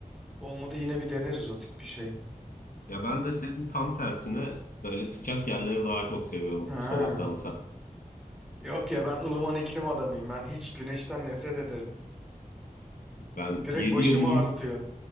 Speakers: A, in the centre; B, on the left (about 70°).
A: Olmadı yine bir deneriz o tip bir şey.
B: ya ben de senin tam tersine böyle sıcak yerleri daha çok seviyorum
A: Ha.
B: soğuktansa.
A: Yok ya ben ılıman iklim adamıyım. Ben hiç güneşten nefret ederim.
B: Ben
A: Direkt
B: 7
A: başımı
B: yıl
A: ağrıtıyor.